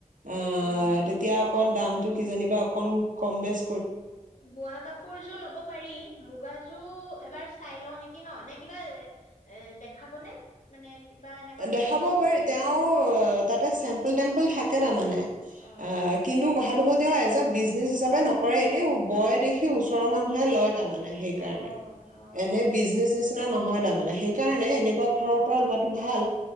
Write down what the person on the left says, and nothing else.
উম
বোৱা কাপোৰ যোৰ ল'ব পাৰি, মুগা <unintelligible> এবাৰ চাই লওঁ নেকি ন নে কিবা এ এ দেখাব নে? মানে কিবা এনেকুৱা থাকে
নেকি
যে
অ
অ', অ',